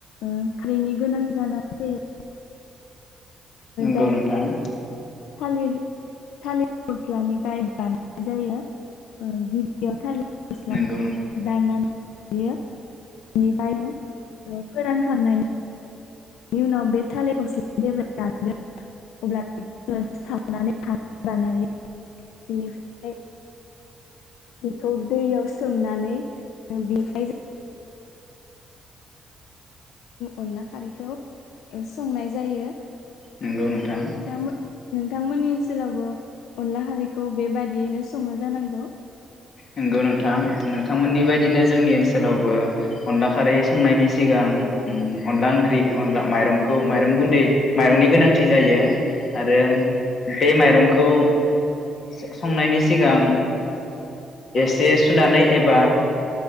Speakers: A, on the left; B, on the left.
A: ओ बेनि गोनांथि जानानै फैयो
B: नंगौ
A: जायखौ
B: नोंथां।
A: थालिर थालिर गस्लानिफ्राय बानायनाय जायो ओ गिबियाव थालिर फस्लाखौ
B: नंगौ
A: दाननानै बियो बेनिफ्राय फोरानखांनायनि बेनि उनाव बे थालिर फस्ला जेब्ला रानगोन अब्ला बेखौ सावनानै <unintelligible> बेनिफ्राय बेखौ दैयाव सोमनानै बेनिफ्राय अनला खारैखौ संनाय जायो।
B: नंगौ नोंथां।
A: नोंथांमोन नोंथांमोननि ओनसोलावबो अनला खारैखौ बेबायदियैनो सङो जानांगौ?
B: नंगौ नोंथां नोंथांमोननि बायदिनो जोंनि ओनसोलावबो अनला खारै संनायनि सिगां ओम अनला ओंख्रि अनला माइरंखौ माइरं गुन्दै माइरंनि गोनांथि जायो आरो बे माइरंखौ स-संनायनि सिगां एसे सुनानै एबा